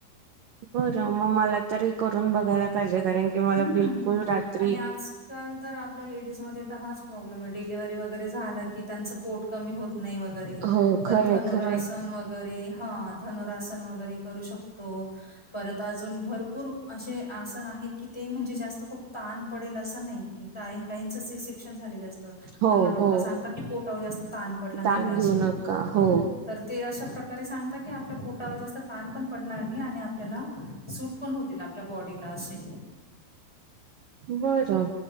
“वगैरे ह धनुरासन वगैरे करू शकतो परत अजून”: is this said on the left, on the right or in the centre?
Centre